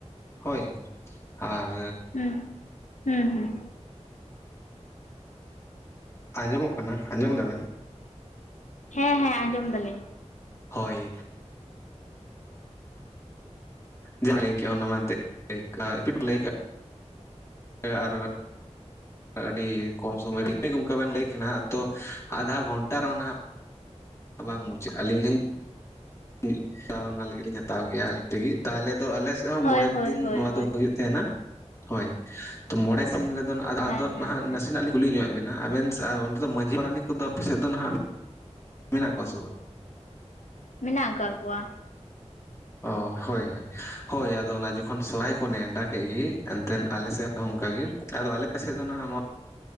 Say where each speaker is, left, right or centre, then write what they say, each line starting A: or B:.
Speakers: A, on the left (about 25°); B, on the left (about 85°).
A: ᱦᱳᱭ ᱟᱨ
B: ᱦᱩᱸ ᱦᱩᱸ ᱦᱩᱸ
A: ᱟᱸᱡᱚᱢ ᱚᱜ ᱠᱟᱱᱟ ᱟᱸᱡᱚᱢ ᱫᱟᱵᱮᱱ
B: ᱦᱮᱸ ᱦᱮᱸ ᱟᱸᱡᱚᱢ ᱫᱟᱞᱤᱧ
A: ᱦᱳᱭ ᱡᱟᱦᱟ ᱞᱟᱹᱭ ᱠᱮᱜ ᱟ ᱚᱱᱟ ᱮᱱᱛᱮ ᱨᱤᱯᱤᱴ ᱵᱚ ᱞᱟᱹᱭ ᱠᱟᱜ ᱟ ᱟᱨ ᱟᱹᱰᱤ ᱠᱚᱢ ᱥᱚᱢᱚᱭ ᱨᱮ ᱚᱱᱠᱟ ᱵᱮᱱ ᱞᱟᱹᱭ ᱠᱟᱱᱟᱜ ᱛᱚ ᱟᱫᱷᱟ ᱜᱷᱚᱱᱴᱟ ᱨᱮ ᱦᱚᱸ ᱱᱟᱜ ᱵᱟᱝ ᱢᱩᱪᱟᱹᱫ ᱟᱞᱤᱧ ᱞᱤᱧ ᱢᱤᱫ ᱠᱷᱟᱢ ᱚᱱᱟ ᱞᱟᱹᱜᱤᱫ ᱞᱤᱧ ᱦᱟᱛᱟᱣ ᱜᱮᱭᱟ᱾ ᱟᱞᱤᱧ ᱞᱟᱹᱜᱤᱫ ᱛᱟᱦᱚᱞᱮ ᱫᱚ ᱟᱞᱮ ᱥᱮᱫ ᱦᱚᱸ
B: ᱦᱳᱭ
A: ᱢᱚᱬᱮ
B: ᱦᱳᱭ
A: ᱫᱤᱱ
B: ᱦᱳᱭ
A: ᱱᱚᱣᱟ
B: ᱦᱳᱭ
A: ᱫᱚ ᱦᱩᱭᱩᱜ ᱛᱟᱦᱮᱸᱱᱟ᱾ ᱦᱳᱭ ᱛᱚ ᱢᱚᱬᱮ ᱥᱤᱧ ᱨᱮ ᱫᱚ
B: ᱦᱮᱸ
A: ᱟᱫᱚᱜ
B: ᱦᱮᱸ
A: ᱦᱟᱸᱜ
B: ᱦᱮᱸ
A: ᱱᱟᱥᱮ ᱱᱟᱜ ᱞᱤᱧ ᱠᱩᱞᱤ ᱧᱚᱜ ᱮᱫ ᱵᱮᱱᱟ ᱟᱵᱮᱱ ᱥᱮ ᱚᱸᱰᱮ ᱫᱚ ᱢᱟᱹᱡᱷᱤ ᱯᱟᱨᱟᱱᱤᱠ ᱠᱚᱫᱚ ᱟᱯᱮ ᱥᱮᱫ ᱫᱚ ᱦᱟᱸᱜ ᱢᱮᱱᱟᱜ ᱠᱚᱣᱟ ᱥᱮ ᱵᱟᱝ?
B: ᱢᱮᱱᱟᱜ ᱠᱟᱜ ᱠᱚᱣᱟ᱾
A: ᱚ ᱦᱳᱭ ᱦᱳᱭ ᱦᱳᱭ ᱟᱫᱚ ᱚᱱᱟ ᱡᱚ ᱠᱷᱚᱱ ᱥᱮᱞᱟᱭ ᱠᱚ ᱱᱮᱰᱟ ᱠᱮᱫ ᱜᱮ ᱮᱱᱛᱮᱱ ᱟᱞᱮ ᱥᱮᱫ ᱦᱚᱸ ᱚᱱᱠᱟᱜ ᱜᱮ ᱟᱫᱚ ᱟᱞᱮ ᱥᱮᱫ ᱫᱚ ᱱᱟᱦᱟᱜ ᱱᱚᱣᱟ